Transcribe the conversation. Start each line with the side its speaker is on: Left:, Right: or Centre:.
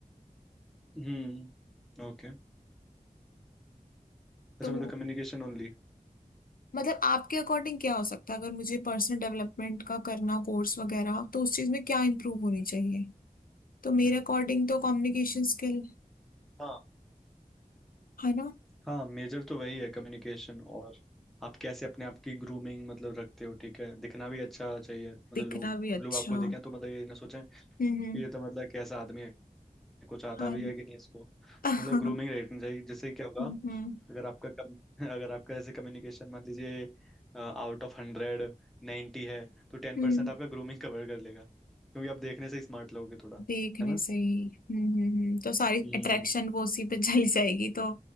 Centre: हम्म ओके अच्छा
Left: तो
Centre: मतलब कम्युनिकेशन ओनली
Left: मतलब आपके अकॉर्डिंग क्या हो सकता है अगर मुझे पर्सनल डेवलपमेंट का करना कोर्स वगैरह तो उस चीज में क्या इम्प्रूव होनी चाहिए तो मेरे
Centre: हम्म
Left: अकॉर्डिंग तो कम्युनिकेशन स्किल
Centre: हाँ
Left: है ना
Centre: हाँ मेजर तो वही है कम्युनिकेशन और आप कैसे अपने आप की ग्रूमिंग मतलब रखते हो ठीक है दिखना भी अच्छा चाहिए मतलब
Left: दिखना
Centre: लोग
Left: भी अच्छा
Centre: लोग आपको
Left: हम्म
Centre: देखें तो मतलब ये ना सोचें कि
Left: हम्म
Centre: ये तो मतलब कैसा आदमी है कुछ आता
Left: हाँ
Centre: भी
Left: ना
Centre: है कि नहीं इसको
Left: <laughs>
Centre: मतलब ग्रूमिंग रखनी चाहिए जिससे क्या होगा
Left: हम्म हम्म
Centre: अगर आपका कम <laughs> अगर आपका जैसे कम्युनिकेशन मान लीजिए आउट ऑफ हंड्रेड 90 है तो टेन
Left: हम्म
Centre: परसेंट आपका ग्रूमिंग कवर कर लेगा क्योंकि आप देखने से स्मार्ट लगोगे थोड़ा
Left: देखने
Centre: है ना
Left: से ही हम्म हम्म हम्म। तो सारी
Centre: हम्म
Left: अट्रैक्शन वो उसी पे <laughs> चली जाएगी तो